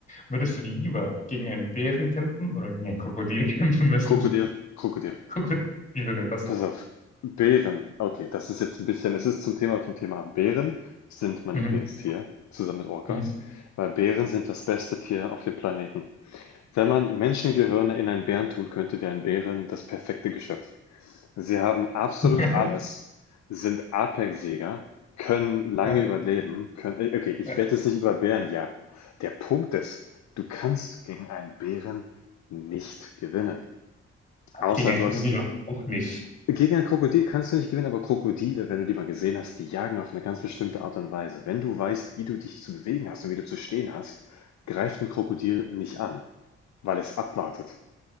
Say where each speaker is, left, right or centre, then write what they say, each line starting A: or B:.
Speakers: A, on the left; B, on the left.
A: würdest du lieber gegen einen Bären kämpfen oder gegen ein Krokodil <laughs> kämpfen müssen?
B: Krokodil, Krokodil.
A: Krokodil, wie würde denn das?
B: Pass auf. Bären. Okay, das ist jetzt ein bisschen, es ist zum Thema vom Thema ab. Bären sind mein
A: Mhm,
B: Lieblingstier, zusammen mit Orcas,
A: mhm.
B: weil Bären sind das beste Tier auf dem Planeten. Wenn man Menschengehirne in einen Bären tun könnte, wären Bären das perfekte Geschöpf. Sie haben absolut
A: <laughs>
B: alles, sind Apexjäger, können lange
A: Ja,
B: überleben, können, äh, okay, ich
A: ja.
B: werde es nicht über Bären jagen. Der Punkt ist, du kannst gegen einen Bären nicht gewinnen. Außer
A: Gegen ein
B: du
A: Krokodil
B: hast,
A: auch nicht.
B: gegen ein Krokodil kannst du nicht gewinnen, aber Krokodile, wenn du die mal gesehen hast, die jagen auf eine ganz bestimmte Art und Weise. Wenn du weißt, wie du dich zu bewegen hast und wie du zu stehen hast, greift ein Krokodil nicht an, weil es abwartet.